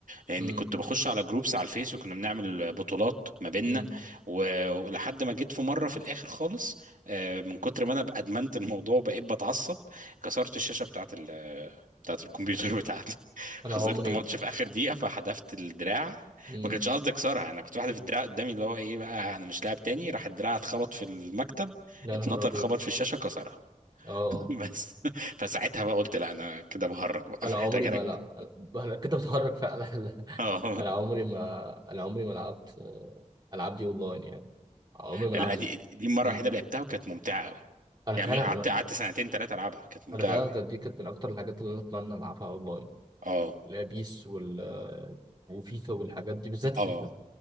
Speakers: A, on the right; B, on the right.
A: لاني
B: مم.
A: كنت بخش على جروبس على الفيس وكنا بنعمل بطولات ما بيننا
B: مم.
A: و- ولحد ما جيت في مره في الاخر خالص آه، من كتر ما انا بقى ادمنت الموضوع وبقيت بتعصب كسرت الشاشه بتاعت ال بتاعت الكمبيوتر بتاعتي <laughs>
B: انا
A: خسرت
B: عمري
A: ماتش في اخر دقيقه فحدفت الدراع
B: مم.
A: ما كانش قصدي اكسرها انا كنت واحد في الدراع قدامي اللي هو ايه بقى انا مش لاعب تاني راح الدراع اتخبط في المكتب
B: يا
A: اتنطر
B: نهار ابيض
A: خبط في الشاشه كسرها
B: اه
A: <laughs> بس فساعتها بقى قلت لا انا كده بهرج بقى
B: انا
A: <laughs> محتاج
B: عمري
A: اركز
B: ما لا أنا كنت بتحرك فعلا <laughs> لا،
A: اه
B: انا عمري ما انا عمري ما لعبت آه، العاب دي اونلاين يعني عمري ما
A: لا
B: لعبت
A: دي دي المره
B: مم.
A: الوحيده اللي لعبتها وكانت ممتعه قوي
B: انا
A: يعني
B: فعلا
A: قعدت قعدت سنتين ثلاثه العبها كانت ممتعه
B: انا فعلا
A: قوي
B: كانت دي كانت من اكتر الحاجات اللي انا اتمنى العبها اونلاين
A: اه
B: اللي هي بيس وال آه، وفيفا والحاجات دي بالذات فيفا
A: اه